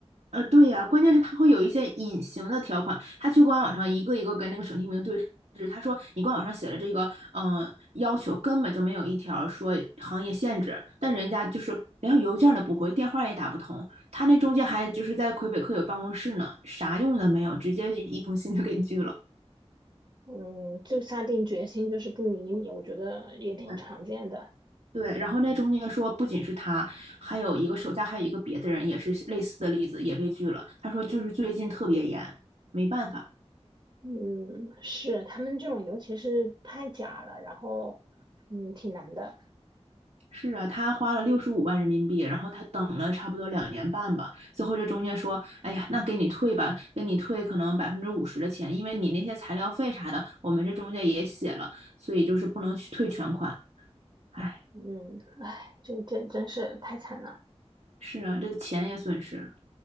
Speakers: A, on the right; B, on the right.
A: 呃，对呀，啊关键是他会有一些隐形的条款，他去官网上一个一个跟那个省提名对峙，他说你官网上写了这个，嗯、呃要求根本就没有一条说行业限制，但人家就是连邮件都不回，电话也打不通，他那中介还就是在魁北克有办公室呢，啥用都没有，直接就一封信就给拒了。
B: 嗯，就下定决心就是不理你，我觉得也挺常见的。
A: 对对，然后那中介说，不仅是他，还有一个手下还有一个别的人也是类似的例子，也被拒了。他说就是最近特别严，没办法。
B: 嗯，是他们这种，尤其是太假了，然后嗯，挺难的。
A: 是啊，他花了六十五万人民币，然后他等了差不多两年半吧。最后这中介说，哎呀，那给你退吧，给你退可能百分之五十的钱，因为你那些材料费啥的，我们这中介也写了，所以就是不能去退全款。哎，
B: 嗯，唉，这真真是太惨了。
A: 是啊，这钱也损失了。